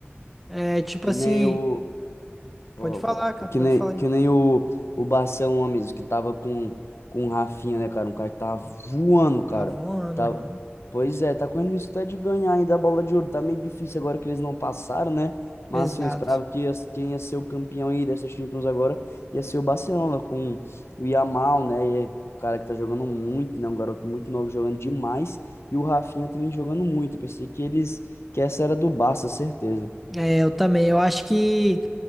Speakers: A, in the centre; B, on the left.
A: É tipo
B: Que
A: assim,
B: nem o Pô,
A: pode falar,
B: vou falar.
A: cara,
B: Que
A: pode
B: nem,
A: falar.
B: que
A: hein?
B: nem o, o Barcelona mesmo, que tava com, com o Rafinha, né, cara? Um cara que tava voando, cara.
A: Tá voando,
B: Tá...
A: aham.
B: Pois é, tá correndo isso até de ganhar ainda a bola de ouro. Tá meio difícil agora que eles não passaram, né? Mas
A: Exato.
B: assim, eu esperava que as- quem ia ser o campeão aí dessa Champions agora ia ser o Barcelona, com o Yamal, né? E é um cara que tá jogando muito, né? Um garoto muito novo jogando demais. E o Rafinha também jogando muito. Eu pensei que eles, que essa era do Barça, certeza.
A: É, eu também. Eu acho que